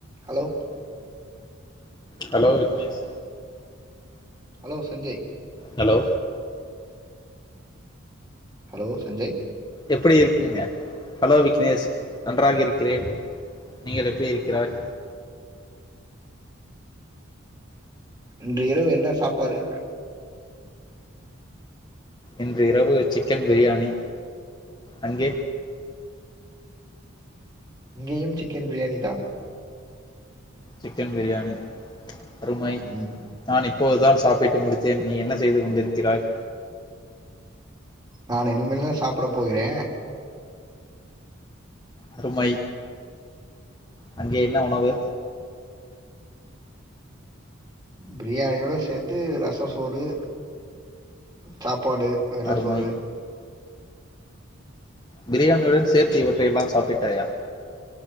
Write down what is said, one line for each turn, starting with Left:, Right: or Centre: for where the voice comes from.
Right: Hello
Left: hello Vignesh
Right: hello Sanjay
Left: hello
Right: hello Sanjay
Left: எப்படி இருக்குங்க ஹலோ விக்னேஷ் நன்றாக இருக்கிறேன் நீங்கள் எப்படி இருக்கிறாய்
Right: இன்று இரவு என்ன சாப்பாடு
Left: இன்று இரவு சிக்கன் பிரியாணி அங்கே
Right: இங்கயூம் சிக்கன் பிரியாணி தா
Left: சிக்கன் பிரியாணி அருமை
Right: ம்
Left: நான் இப்போதுதான் சாப்பிட்டு முடித் லோன் நீ என்ன செய்து கொண்டிருக்கிறாய்
Right: நான் இனிமேல் தான் சாப்பிட போகிறே
Left: அருமை அங்கே என்ன உணவு
Right: பிரியாணியோட சேர்த்து ரசோ சோறு சாப்பாடு வெள்ள
Left: அருமை
Right: சோறு
Left: பிரியாணியுடன் சேர்த்து இவற்றையெல்லாம் சாப்பிட்டாயா